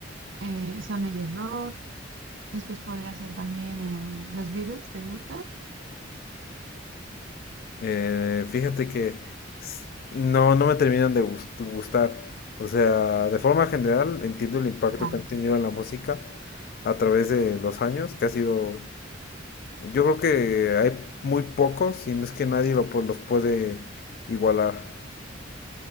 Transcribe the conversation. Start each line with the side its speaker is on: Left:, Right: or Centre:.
Right: eh, son ellos dos. Después podría ser también eh, los Beatles, ¿te gustan?
Left: Eh, fíjate que s- no, no me terminan de gus- gustar. O sea, de forma general entiendo el impacto
Right: Ajá,
Left: que han tenido en la música a través de los años, que ha sido, yo creo que hay muy pocos, si no es que nadie lo pu- los puede igualar.